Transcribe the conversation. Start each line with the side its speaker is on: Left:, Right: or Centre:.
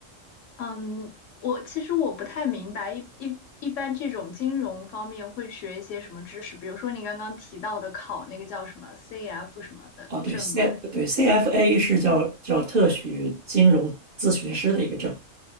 Left: 嗯，我其实我不太明白，一一一般这种金融方面会学一些什么知识？比如说你刚刚提到的考那个叫什么 CF 什么的证吗？
Right: 哦，对，C 对 CFA 是叫叫特许金融咨询师的一个证，